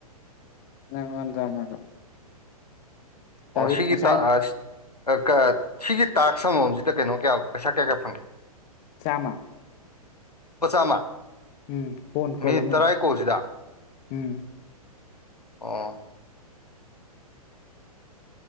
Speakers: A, on the left; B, on the left.
A: ꯅꯪꯉꯣꯟꯗ ꯑꯃꯒ ꯇꯔꯨꯛ
B: ꯑꯣꯁꯤꯒꯤ
A: ꯉꯁꯥꯏ
B: ꯇ ꯑ ꯀ ꯁꯤꯒꯤ ꯇꯥꯛꯁ ꯑꯃꯃꯝꯁꯤꯗ ꯀꯩꯅꯣ ꯀꯌꯥ ꯄꯩꯁꯥ ꯀꯌꯥ ꯀꯌꯥ ꯐꯪꯒꯦ
A: ꯆꯥꯝꯃ
B: ꯄꯆꯥꯝꯃ
A: ꯎꯝ ꯐꯣꯟ ꯀꯣꯜ
B: ꯃꯤꯅꯤꯠ
A: ꯑꯃꯗ
B: ꯇꯔꯥꯏ ꯀꯣꯜꯁꯤꯗ
A: ꯎꯝ
B: ꯑꯣ